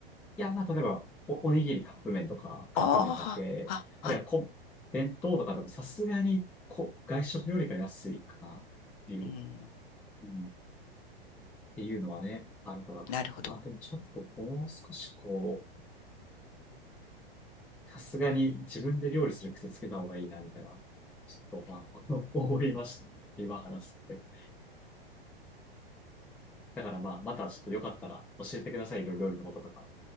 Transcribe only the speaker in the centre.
いや、まあ、例えば、お、おにぎりカップ麺とか、カップ麺だけ、
あるいはこ、弁当とかでもさすがにこ、外食よりか安いかな。っていう
うんっていうのはね、あるから。
まあでもちょっともう少しこう、さすがに自分で料理する癖つけた方がいいな、みたいな、ちょっとまあ、<laughs> 思いました。今話して。だからまあ、またちょっとよかったら教えてください、いろいろ料理のこととか。